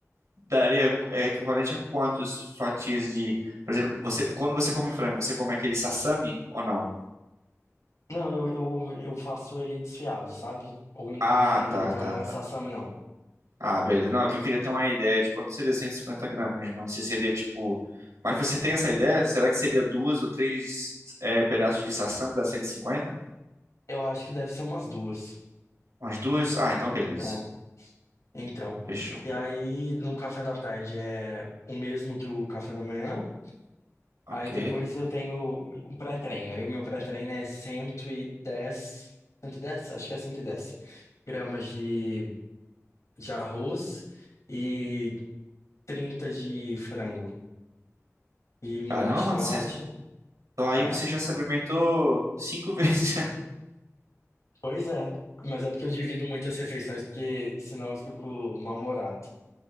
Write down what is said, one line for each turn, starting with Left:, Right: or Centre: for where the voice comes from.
Right: daria é, equivalente a quantas fatias de. Por exemplo, você, quando você come frango, você come aquele sassami ou não?
Left: Não, eu, eu, eu faço ele desfiado, sabe? Ou em
Right: Ah,
Left: cubinhos,
Right: tá,
Left: então
Right: tá,
Left: não é
Right: tá.
Left: sassami, não.
Right: Ah, beleza. Não, é que eu queria ter uma ideia de quanto seria 150 gramas, mano. Se seria tipo. Mas você tem essa ideia? Será que seria duas ou três é, pedaços de sassami da cento e cinquenta
Left: Eu acho que deve ser umas duas.
Right: Umas duas? Ah, então beleza.
Left: É, então.
Right: Fechou.
Left: E aí, no café da tarde é o mesmo que o café da manhã.
Right: Ok.
Left: Aí depois eu tenho um pré-treino. Aí o meu pré-treino é cento cento e dez, cento e dez, Acho que é 110 gramas de, de arroz e 30 de frango e molho
Right: Caramba,
Left: de
Right: mano,
Left: tomate.
Right: você Então aí
Left: É.
Right: você já se alimentou cinco <laughs> vezes.
Left: Pois é, mas é porque eu divido muitas refeições, porque senão eu fico mal-humorado.